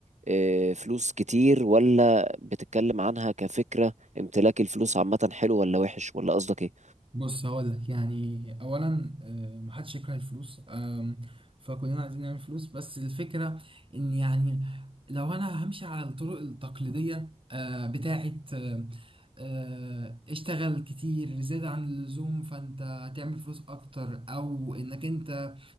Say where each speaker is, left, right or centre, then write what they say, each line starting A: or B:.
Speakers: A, on the right; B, on the right.
A: آه، فلوس كتير ولا بتتكلم عنها كفكرة امتلاك الفلوس عامة حلو ولا وحش ولا قصدك ايه
B: بص هقول لك يعني اولا آه، محدش يكره الفلوس آم، فكلنا عايزين نعمل فلوس بس الفكره ان يعني لو انا همشي على الطرق التقليديه آه، بتاعه آه، آه، اشتغل كتير زيادة عن اللزوم فانت هتعمل فلوس اكتر او انك انت